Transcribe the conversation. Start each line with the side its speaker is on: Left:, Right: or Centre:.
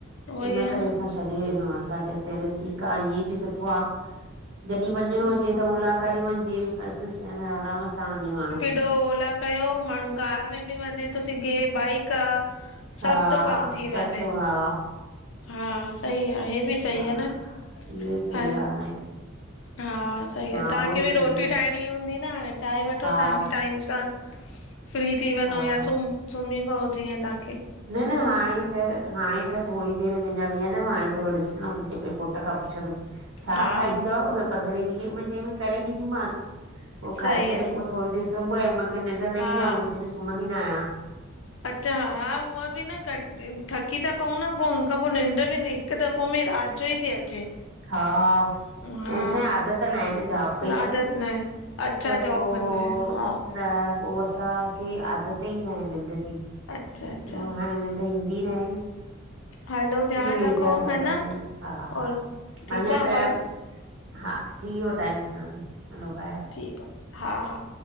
Left: उहो
Right: इन
Left: ई आ
Right: करे
Left: न
Right: असां छॾे ॾिनो असां चयोसी हल ठीक आ ईअं बि सुठो आ। जॾहिं वञिणो
Left: हा
Right: हुजे त ओला करे वञिजे बस आराम सां वञे माण्हूं।
Left: कयो ओला कयो, माण्हू कार में बि वञे थो सघे, बाइक आ सभ
Right: हा,
Left: थो कम थी
Right: सब
Left: वञे
Right: तूं आ
Left: हा सही आ हे बि सही
Right: हा,
Left: आ न
Right: इहो सही
Left: हा
Right: आ हाणे।
Left: हा सही आ,
Right: मां
Left: तव्हांखे
Right: उहो ई
Left: बि
Right: चवंदी
Left: रोटी
Right: आहियां
Left: ठाहिण फ्री हूंदी न हाणे, ठाहे वठो
Right: हा
Left: तव्हां बि टाइम सां फ्री थी वञो
Right: हा
Left: या सुम सुम्ही पव जीयं तां
Right: न न हाणे त हाणे त थोरी देर अञा वेहंदमि, हाणे थोरो ॾिसंदमि, पंहिंजे घोट खां पुछंदम छा
Left: हा
Right: खाईंदोव उहे पंद्रहें वीहे मिंटे में करे ॾींदीमांन, पोइ
Left: सही
Right: खाई करे
Left: आ
Right: पोइ थोरी देर सुम पयम, मूंखे निंड न
Left: हा
Right: ईंदी आ, मां मंझदि जो सुम्हंदी न आहियां।
Left: अच्छा, हा उहा बि न क थक थकी ता पऊं न, पोइ हुन खां पोइ निंड बि हिकु दफ़ो में राति जो ई थी अचे।
Right: हा ऐं
Left: हा
Right: असांजी आदत न आहे न, जॉब कई
Left: आदत
Right: आ न
Left: आहे अच्छा
Right: त
Left: जॉब
Right: पोइ,
Left: कंदा आहियो हा
Right: न पोइ असांखे आदत ई न आहे निंड जी
Left: अच्छा अच्छा
Right: उ हाणे निंड ईंदी न आहे।
Left: हलो ध्यानु
Right: हीअं लेटा
Left: रखो
Right: पिया
Left: है
Right: हूंदा
Left: न
Right: आहियूं। हा हा,
Left: और ठीकु
Right: अञां
Left: आहे व
Right: ॾह हा थी वयो टाइम हाणे, हलो बाऐ!
Left: ठीक आ, हा हा